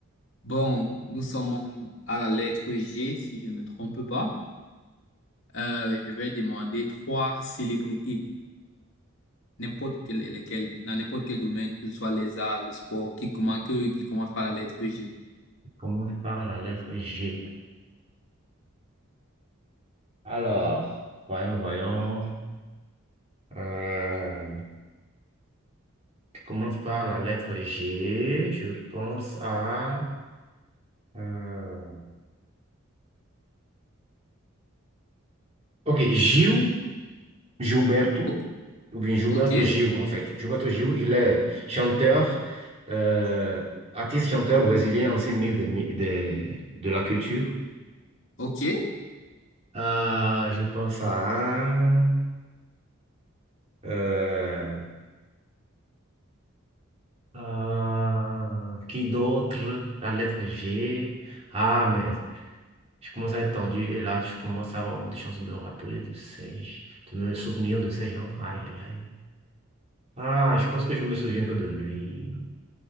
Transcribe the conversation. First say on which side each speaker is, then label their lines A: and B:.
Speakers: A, on the left; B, on the right.
A: Bon, nous sommes à la lettre G, si je ne me trompe pas. Euh, je vais demander trois célébrités, n'importe quelle, lesquelles, dans n'importe quel domaine, que ce soit les arts, le sport, qui commence, que- qui commence par la lettre G.
B: <laughs> commence par la lettre G. Alors, voyons, voyons. Euh, commence par la lettre G. Je pense à... euh, ok, Gilles. Gilberto,
A: O-
B: ou bien Gilberto
A: Ok,
B: Gil, en fait. Gilberto Gil, il est chanteur, euh, artiste chanteur brésilien, ancien ministre des mi- des- de la Culture.
A: ok,
B: Ah, je pense à... un, euh, euh, qui d'autre? La lettre G. Ah, mais je commence à être tendu et là, je commence à avoir moins de chances de me rappeler de ces... de me souvenir de ces gens. Aïe, aïe, aïe. Ah, je pense que je me souviens que de lui.